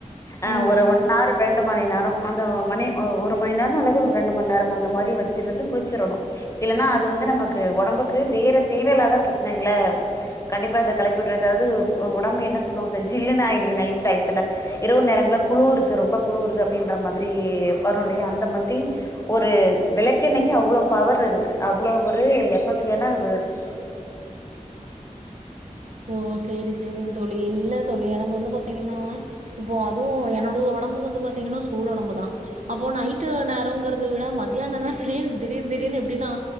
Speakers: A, on the left (about 20°); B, on the right (about 60°).
A: ஆ
B: ம்
A: ஒரு ஒன் னார் ரெண்டு மணி நேரம் அந்த மணி ஒரு மணி நேரம் அல்லது ஒரு ரெண்டு மணி நேரம் அந்த மாரி வச்சிருந்து குளிச்சிறணு இல்லன்னா அது வந்து நமக்கு ஒடம்புக்கு வேற தேவையில்லாத பிரச்சனைகள கண்டிப்பா இத கலப்பிவுடு அதாவது ஒடம்பு என்ன சொல்லு இந்த ஜில்லுன் ஆய்டுது நைட் டைத்துல இரவு நேரங்கள்ல குழுருது ரொம்ப குழுருது அப்டின்ற மாதிரி வரு இல்லையா அந்த மாதிரி ஒரு விளக்கென்னைக்கு அவ்ளோ பவர் இருக்கு அவ்ளோ ஒரு எபெக்ட் <unintelligible>
B: ஓ சேரி சேரிங்க தோழி இல்ல தோழி எனக்கு வந்து பாத்தீங்கன்னா இப்போ அதுவு என்னோடது ஒடம்பு வந்து பாத்தீங்கனா சூடு ஒடம்பு தா அப்போ நைட்டு நேரோங்கறது விட மத்தியான நேரத்துலய எனக்கு திடீர் திடீர்ன் எப்டினா